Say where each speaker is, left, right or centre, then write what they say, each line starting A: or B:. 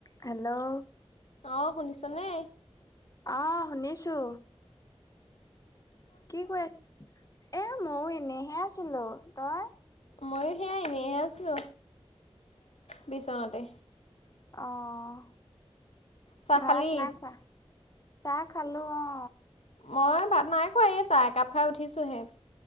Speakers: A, on the left; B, on the left.
A: Hello
B: অ শুনিছ নে
A: অহ শুনিছো কি কৈ আছ এ মইও এনেইহে আছিলো তই
B: মইও সেয়া এনেইহে আছো বিচনাতে
A: অহ
B: চাহ
A: ভাত
B: খালি
A: নাই খোৱা চাহ খালোঁ অ
B: মই ভাত নাই খোৱা এই চাহ একাপ খাই উঠিছোহে।